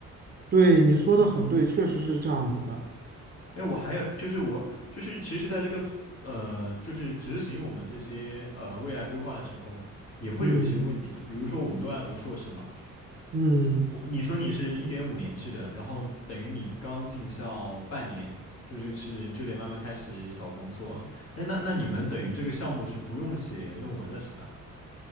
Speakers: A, on the right; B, on the left.
A: 对，你说的很对，确实是这样子的。
B: 哎，我还有就是我就是其实在这个呃就是执行我们这些呃未来规划的时候，也会有一些问题，
A: 嗯
B: 比如说我们都在读硕士嘛。
A: 嗯，
B: 我你说你是一点五年制的，然后等于你刚进校半年，就是是就得慢慢开始找工作了。哎，那那你们等于这个项目是不用写论文的是吧？